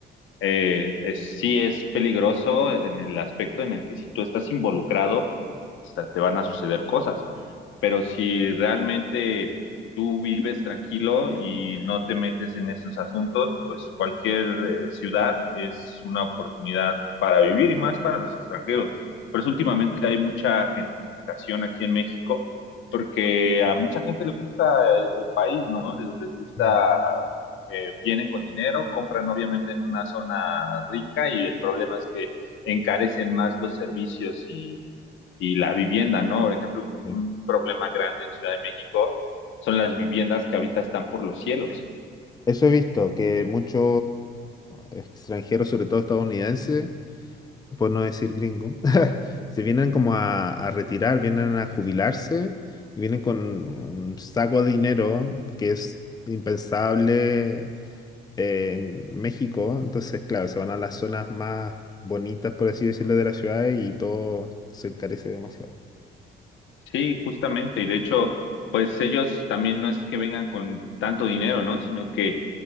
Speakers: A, on the left; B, on the left.
A: eh, es- sí es peligroso en el aspecto en el que si tú estás involucrado, o te van a suceder cosas, pero si realmente tú vives tranquilo y no te metes en esos asuntos, pues cualquier eh, ciudad es una oportunidad para vivir y más para los extranjeros. Por eso últimamente hay mucha gentrificación aquí en México, porque a mucha gente le gusta el, el país, ¿no? Les, les gusta
B: Mm.
A: eh, vienen con dinero, compran obviamente en una zona rica y el problema es que encarecen más los servicios y, y la vivienda, ¿no? Por ejemplo,
B: Sí.
A: un, un problema grande en Ciudad de México son las viviendas que ahorita están por los cielos.
B: Eso he visto, que muchos extranjeros, sobre todo estadounidenses, por no decir gringo, <laughs> se vienen como a, a retirar, vienen a jubilarse y vienen con un saco de dinero que es impensable en México, entonces, claro, se van a las zonas más bonitas, por así decirlo, de la ciudad y todo se encarece demasiado.
A: Sí, justamente. Y de hecho, pues ellos también no es que vengan con tanto dinero, ¿no? Sino que